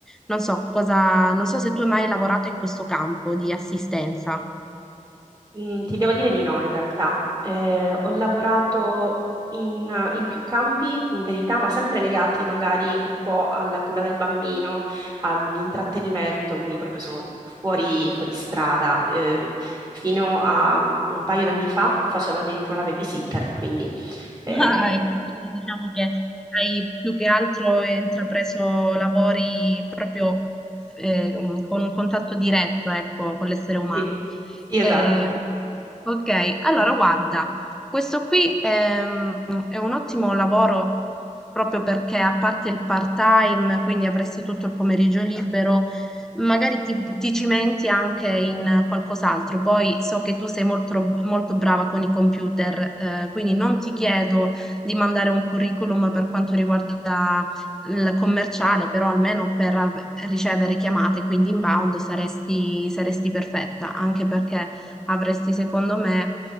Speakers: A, in the centre; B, on the right.
A: Non so cosa, non so se tu hai mai lavorato in questo campo di assistenza.
B: Mm, ti devo dire di no, in realtà. Eh, ho lavorato in, in più campi, in verità, ma sempre legati magari un po' alla cura del bambino, all'intrattenimento, quindi proprio sono fuori, fuori strada. Eh, fino a un paio d'anni fa facevo addirittura la babysitter, quindi eh,
A: Ah, ecco, quindi diciamo che hai più che altro intrapreso lavori proprio eh, con un contatto diretto, ecco, con l'essere umano.
B: sì, sì, esatto.
A: Eh, ok, allora guarda, questo qui ehm, è un ottimo lavoro proprio perché a parte il part-time, quindi avresti tutto il pomeriggio libero, magari ti, ti cimenti anche in qualcos'altro. Poi so che tu sei molto, molto brava con i computer, eh, quindi non ti chiedo di mandare un curriculum per quanto riguarda il commerciale, però almeno per av- ricevere chiamate, quindi inbound saresti, saresti perfetta, anche perché avresti, secondo me,